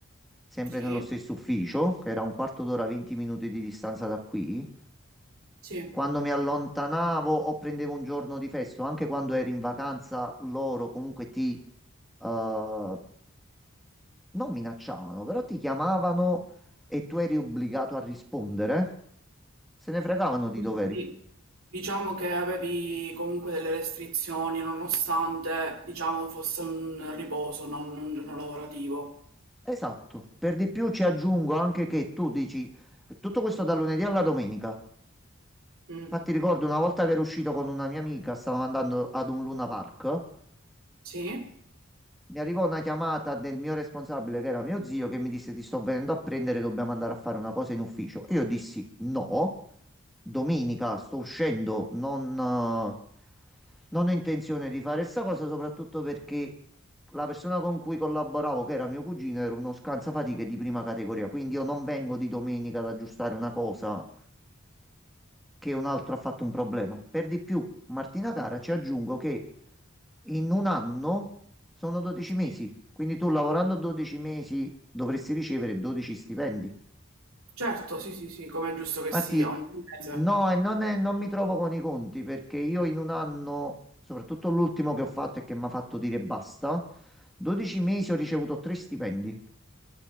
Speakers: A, in the centre; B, on the right (about 85°).
A: sempre
B: sì,
A: nello stesso ufficio, che era un quarto d'ora, 20 minuti di distanza da qui.
B: sì.
A: Quando mi allontanavo o prendevo un giorno di festo, anche quando ero in vacanza, loro comunque ti eh, non minacciavano, però ti chiamavano e tu eri obbligato a rispondere, se ne fregavano di
B: Quindi
A: doveri.
B: diciamo che avevi comunque delle restrizioni nonostante diciamo fosse un riposo, non un giorno lavorativo.
A: Esatto. Per di più ci aggiungo anche che tu dici tutto questo da lunedì alla domenica.
B: Mm,
A: Infatti ricordo una volta che ero uscito con una mia amica, stavamo andando ad un Luna Park,
B: Sì?
A: mi arrivò una chiamata del mio responsabile, che era mio zio, che mi disse ti sto venendo a prendere, dobbiamo andare a fare una cosa in ufficio. E io dissi no, domenica sto uscendo, non... eh, Non ho intenzione di fare sta cosa, soprattutto perché la persona con cui collaboravo, che era mio cugino, era uno scansafatiche di prima categoria. Quindi io non vengo di domenica ad aggiustare una cosa che un altro ha fatto un problema. Per di più, Martina cara, ci aggiungo che in un anno sono 12
B: Sì.
A: mesi. Quindi tu lavorando 12 mesi dovresti ricevere 12 stipendi.
B: Certo, sì, sì, sì, come è giusto che
A: Matti,
B: sia, ogni mese.
A: no, e non, è- non mi trovo con i conti perché io in un anno, soprattutto l'ultimo che ho fatto e che mi ha fatto dire basta, 12 mesi ho ricevuto tre stipendi.